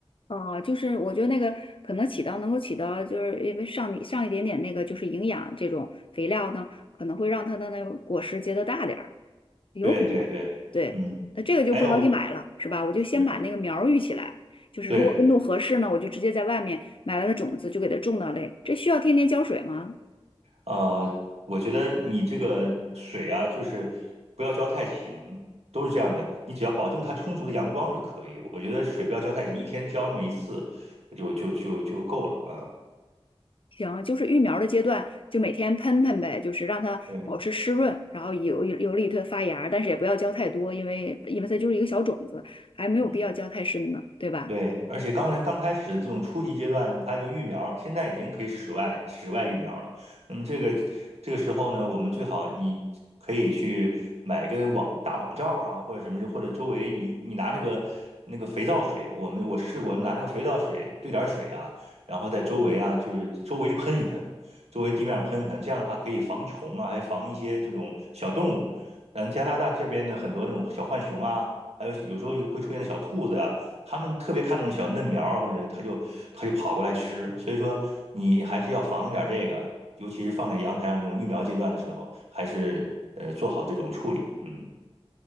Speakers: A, on the left; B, on the right.
A: 哦，就是我觉得那个可能起到能够起到，就是因为上一上一点点那个就是营养这种肥料呢，可能会让它的那个果实结得大点儿。有可能，
B: 对对对，
A: 对，
B: 嗯，
A: 那这个就不着急买了，
B: 还有
A: 是吧？我就先把那个苗儿育起来，
B: 对
A: 就是如果温度合适呢，
B: 对，
A: 我就直接在外面买来的种子就给它种到类。这需要天天浇水吗？
B: 呃，我觉得你这个水啊，就是不要浇太勤，都是这样的，你只要保证它充足的阳光就可以。我觉得水不要浇太勤，一天浇那么一次就就就就够了啊。
A: 行，就是育苗儿的阶段，就每天喷喷呗，就是让它保持湿润，
B: 对，
A: 然后有有利于它发芽但是也不要浇太多，因为因为它就是一个小种子，还没有必要浇太深呢，
B: 嗯。
A: 对吧？
B: 对，而且刚才刚开始的这种初级阶段，它就育苗，现在已经可以室外室外育苗了。那么这个这个时候呢，我们最好你可以去买一个网大网罩啊，或者什么，或者周围你你拿那个那个肥皂水，我们我试过拿那个肥皂水兑点儿水啊，然后在周围啊，就是周围喷一喷，周围地面喷一喷，这样的话可以防虫啊，还防一些这种小动物。咱加拿大这边的很多那种小浣熊啊，还有有时候会出现的小兔子呀、他们特别看重小嫩苗儿，或者他就他就跑过来吃。所以说，你还是要防一点这个，尤其是放在阳台上这种育苗阶段的时候，还是呃做好这种处理。嗯